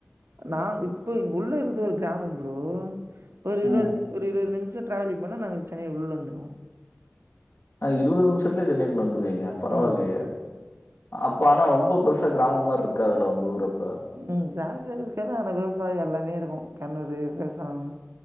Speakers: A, on the right; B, on the left.
A: நா இப்போ உள்ள இருக்குறது ஒரு கிராமம் ப்ரோ ஒரு இருவது
B: ம்.
A: ஒரு இருவது நிம்ஷோ ட்ரவலிங் பண்ணா நாங்க சென்னை உள்ள இருந்துருவோ
B: ஆ இருவது நிம்ஷத்துலயே சென்னைக்குள்ள வந்துருவீங்க பரவாயில்லையே
A: ம்
B: அப்ப ஆனா ரொம்ப பெருசா கிராமம் மார் இருக்காதுல்ல உங்க ஊரு அப்ப
A: ம் கிராம மாரி இருக்காது ஆனா விவசாயோ எல்லாமே இருக்கு கெணறு விவசாம்